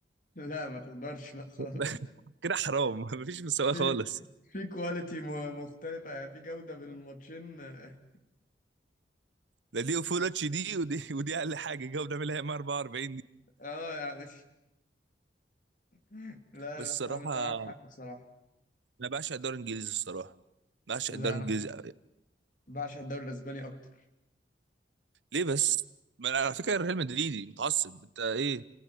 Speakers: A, on the left; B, on the right.
A: لا ما تقدرش لا خالص
B: <laughs> كده حرام <laughs> مفيش
A: <laughs>
B: مساواه
A: في
B: خالص
A: في كواليتي م- مختلفة يعني في جودة بين الماتشين اه
B: ده دي فول اتش دي ودي ودي اقل حاجه جاوب بنعملها هي 44 دي
A: آه، يعني <laughs> لا
B: بس
A: لا
B: الصراحه
A: فعلا انت معاك حق بصراحة
B: انا بعشق الدوري الانجليزي الصراحه بعشق
A: لا
B: الدوري
A: انا
B: الانجليزي أوي.
A: بعشق الدوري الاسباني اكتر
B: ليه بس ما أنا على فكره ريال مدريدي متعصب انت ايه